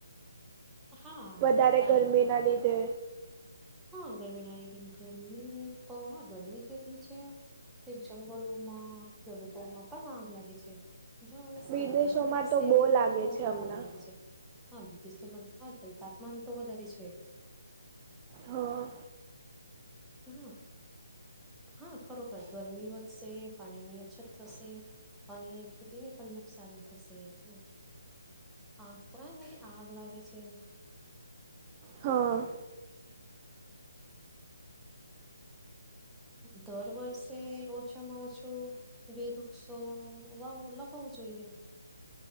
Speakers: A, in the centre; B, on the right (about 25°).
A: હા
B: વધારે
A: કારણ
B: ગરમીના લીધે.
A: હા ગરમી ના રીતે ગરમી હા ગરમી જેટલી છે. કે જંગલોમાં ખેડૂતોમાં પણ આગ લાગે છે. જોવે શેરી
B: વિદેશોમાં
A: આવે ને
B: તો
A: શેરીમાં
B: બહુ લાગે
A: તો બહુ
B: છે હમણાં
A: આગ લાગે છે. હા વિદેશોમાં હા તાપમાન તો વધારે છે.
B: હા.
A: હા હા ખરોખર ગરમી વધશે પાણીની અછત થશે. અને ખેતીને પણ નુકસાન થશે હ. આ પણ આગ લાગે છે.
B: હા.
A: દર વર્ષે ઓછામાં ઓછું. બે વૃક્ષો વાવો લગાવવું જોઈએ.